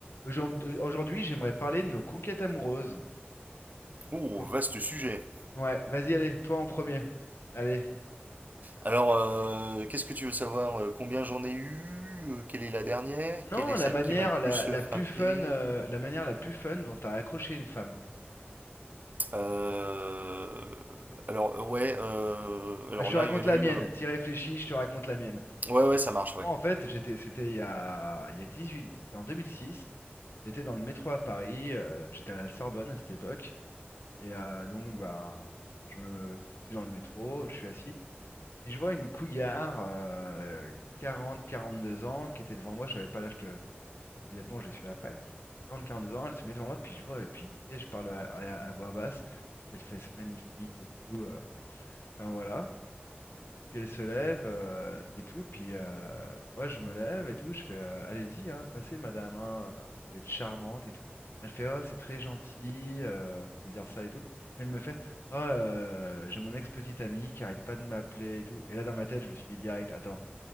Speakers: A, on the left; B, on the right.
A: Aujourd'hui, aujourd'hui, j'aimerais parler de nos conquêtes amoureuses.
B: Oh,
A: Toi-
B: vaste sujet.
A: Ouais, vas-y, allez, toi en premier. Allez.
B: Alors, euh, qu'est-ce que tu veux savoir? Euh, Combien j'en ai eu? Euh, Quelle est la dernière?
A: Non,
B: Quelle est
A: la
B: celle
A: manière
B: qui m'a le plus
A: la, la
B: euh, frappé?
A: plus fun, euh, la manière la plus fun dont t'as accroché une femme.
B: Euh, Alors, euh, ouais, euh, alors
A: Ah, je te
B: là,
A: raconte
B: il y en
A: la
B: a une.
A: mienne.
B: euh,
A: T'y réfléchis, je te raconte la mienne.
B: Ouais, ouais, ça marche, ouais.
A: Moi, en fait, j'étais, c'était il y a, il y a 18, c'était en 2006. J'étais dans le métro à Paris. euh, j'étais à la Sorbonne à cette époque. Et euh, donc, bah, je me, je suis dans le métro, je suis assis. Puis je vois une cougar, euh, 40-42 ans, qui était devant moi, je savais pas l'âge de... Immédiatement, je l'ai su après. 40-42 ans, elle se met devant moi, puis je vois, et puis tu sais, je parle à, à- à voix basse, qu'elle fesse magnifique et tout. euh, Enfin voilà. Puis elle se lève euh, et tout. Puis euh, moi, je me lève et tout. Je fais euh, allez-y, hein, passez, madame. hein, euh, vous êtes charmante et tout. Elle fait oh, c'est très gentil euh, de dire ça et tout. Puis elle me fait oh, euh, j'ai mon ex-petite amie qui arrête pas de m'appeler et tout. Et là, dans ma tête, je me suis dit direct attends,